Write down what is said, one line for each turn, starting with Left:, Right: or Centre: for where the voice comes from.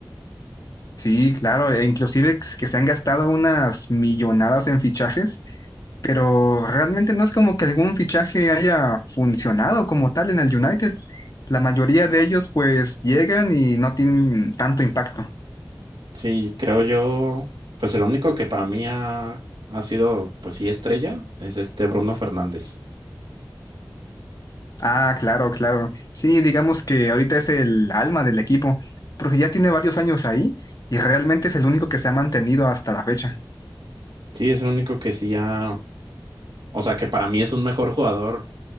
Left: Sí, claro, e inclusive ex- que se han gastado unas millonadas en fichajes, pero realmente no es como que algún fichaje haya funcionado como tal en el United. La mayoría de ellos pues llegan y no tienen tanto impacto.
Right: Sí, creo yo, pues el único que para mí ha, ha sido, pues sí, estrella, es este Bruno Fernández.
Left: Ah, claro, claro. Sí, digamos que ahorita es el alma del equipo, porque ya tiene varios años ahí y realmente es el único que se ha mantenido hasta la fecha.
Right: Sí, es el único que sí ha, o sea, que para mí es un mejor jugador